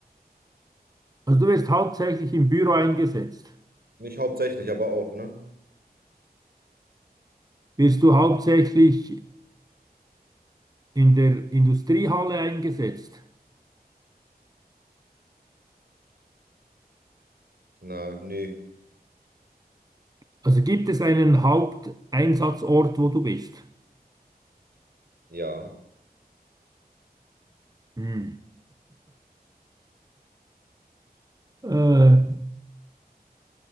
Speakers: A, on the right; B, on the right.
A: Also du wirst hauptsächlich im Büro eingesetzt.
B: Nicht hauptsächlich, aber auch, ne?
A: Wirst du hauptsächlich in der Industriehalle eingesetzt?
B: Nein, nee.
A: Also gibt es einen Haupteinsatzort, wo du bist?
B: Ja,
A: Hm. Äh,